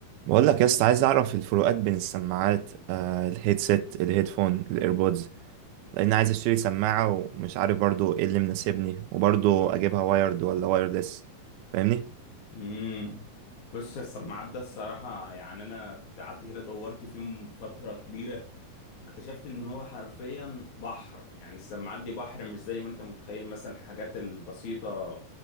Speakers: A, on the right; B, on the left.
A: بقول لك يا اسطى عايز اعرف الفروقات بين السماعات آه الهيدسيت الهيدفون الايربودز لان عايز اشتري سماعه ومش عارف برضو ايه اللي مناسبني وبرضو اجيبها وايرد ولا وايرلس فاهمني
B: امم بص يا السماعات ده الصراحة يعني أنا كنت قعدت كده دورت فيهم فترة كبيرة واكتشفت إن هو حرفيا بحر يعني السماعات دي بحر مش زي ما أنت متخيل مثلا الحاجات البسيطة